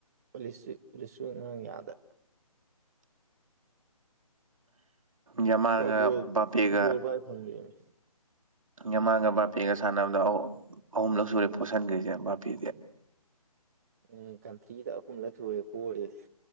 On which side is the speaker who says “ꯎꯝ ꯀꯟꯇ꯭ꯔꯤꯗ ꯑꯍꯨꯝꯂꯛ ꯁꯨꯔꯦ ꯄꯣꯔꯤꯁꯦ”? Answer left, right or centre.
Right